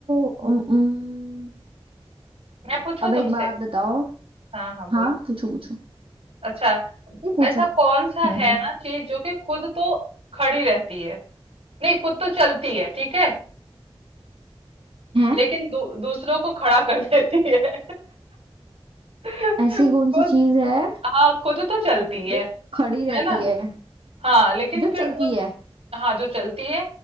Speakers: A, on the right (about 60°); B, on the right (about 80°).
A: उम, उम,
B: मैं पूछूं
A: अब
B: तुमसे
A: एक बात बताओ
B: हाँ हाँ बोलो
A: हाँ पूछो पूछो
B: अच्छा
A: नहीं पूछो
B: ऐसा कौन
A: हम्म
B: सा है
A: हम्म।
B: ना चीज जो कि खुद तो खड़ी रहती है नहीं खुद तो चलती है ठीक है
A: है
B: लेकिन दू, दूसरों को खड़ा कर देती है <laughs>
A: ऐसी कौन
B: खुद
A: सी चीज है
B: हाँ खुद तो चलती है
A: जो खड़ी रहती
B: है ना
A: है
B: हाँ लेकिन
A: जो चलती
B: फिर वो
A: है
B: हाँ जो चलती है